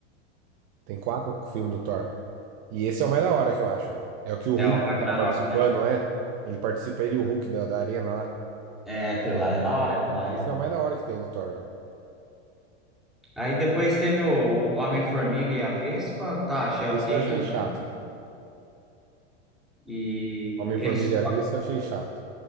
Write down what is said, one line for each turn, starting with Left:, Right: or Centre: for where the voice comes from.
Right: Tem quatro filmes do Thor. E esse é o mais da hora que eu acho. velho. É o que o
Centre: É
Right: Hulk
Centre: o Ragnarok,
Right: tá participando,
Centre: né?
Right: né? Ele participa, ele e o Hulk da, da arena lá.
Centre: É, aquele lá é da hora, aquele lá é...
Right: Esse é o mais da hora que tem do Thor. velho.
Centre: Aí depois teve o Homem-Formiga e a Vespa, tá, achei ok
Right: Esse eu achei
Centre: também.
Right: chato, velho.
Centre: E
Right: Homem-Formiga
Centre: eles,
Right: e a Vespa eu achei chato.